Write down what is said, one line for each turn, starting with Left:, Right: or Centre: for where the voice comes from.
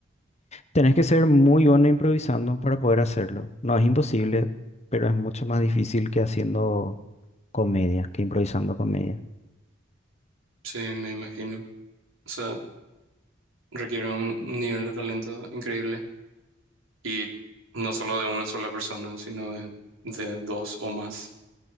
Left: Tenés que ser muy bueno improvisando para poder hacerlo. No es imposible, pero es mucho más difícil que haciendo comedia, que improvisando comedia.
Right: Sí, me imagino. O sea, requiere un nivel de talento increíble. y no solo de una sola persona, sino de, de dos o más,